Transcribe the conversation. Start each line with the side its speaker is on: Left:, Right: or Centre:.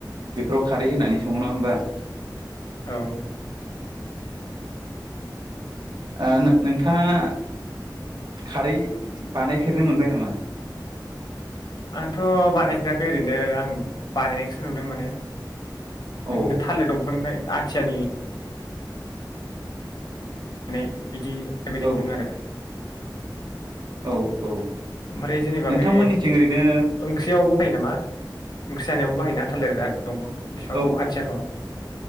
Right: बेफोराव खारै होनानै सङो नङा होमबा?
Left: औ।
Right: ओ नो-नोंथाङा खारै बानायफेरनो मोनबाय नामा?
Left: आंथ' बानायफेराखै ओरैनो आं बानायनायखौसो नुदों माने।
Right: औ
Left: नो थालिर दंफांनिफ्राय। आथियानि। <inaudible> बिदि बेबायदि
Right: औ
Left: नुदों आरो।
Right: औ औ
Left: ओमफ्राय जेनेबा
Right: नोंथांमोननिथिं
Left: बे
Right: ओरैनो
Left: ओंख्रियावबो बाहायो नामा? मा ओंख्रि जानायावबो बाहायोना थालिरा आथ- दंफां? बिफांखौ
Right: औ
Left: आथियाखौ?